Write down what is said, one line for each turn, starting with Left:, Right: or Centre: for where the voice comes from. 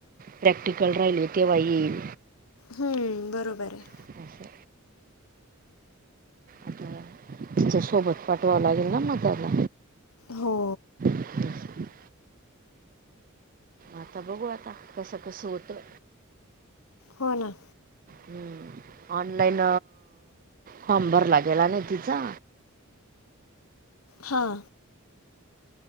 Right: प्रॅक्टिकल राहिली तेव्हा येईल
Left: हम्म बरोबर आहे
Right: असं आता तिच्या सोबत पाठवां लागेल ना मताला
Left: हो
Right: त्याला. आता बघू आता कसं कस होतं
Left: हो ना
Right: हम्म ऑनलाईन फॉर्म भरला गेला नाही तिचा
Left: हां